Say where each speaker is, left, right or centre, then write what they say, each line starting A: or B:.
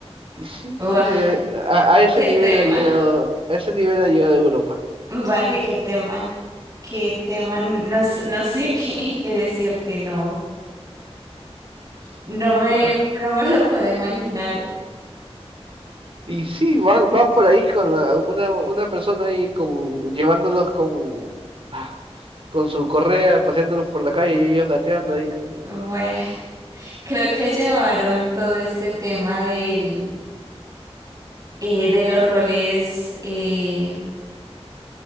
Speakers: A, on the right (about 55°); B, on the right (about 35°).
A: Y sí,
B: Guau,
A: sí, eh, a, a ese
B: qué
A: nivel
B: tema.
A: ha llegado, a ese nivel ha llegado Europa.
B: Vale, qué tema, qué tema, no, s- no sé <laughs> qué, qué decirte, no, no me,
A: <laughs>
B: no me lo puedo imaginar.
A: Y sí, van, van por ahí con la- una, una persona ahí con, llevándolos con, ah, con su correa, paseándolos por la calle y ellos gateando ahí. con-
B: Bueno, creo que llevaron todo este tema del, eh, de los roles eh,